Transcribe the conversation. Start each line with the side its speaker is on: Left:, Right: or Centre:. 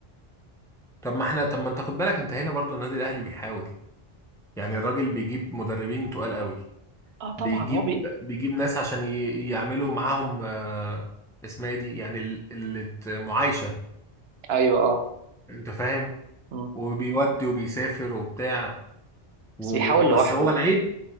Centre: طب ما احنا طب ما انت خد بالك انت هنا برضو النادي الاهلي بيحاول يعني الراجل بيجيب مدربين تقال قوي
Right: اه طبعا
Centre: بيجيب
Right: هو بي...
Centre: بيجيب ناس عشان ي- يعملوا معاهم آه، اسمها ايه دي يعني ال- ال- معايشه
Right: ايوه اه
Centre: انت فاهم
Right: مم.
Centre: وبيودي وبيسافر وبتاع وبس
Right: بس بيحاول لوحده
Centre: هو العيب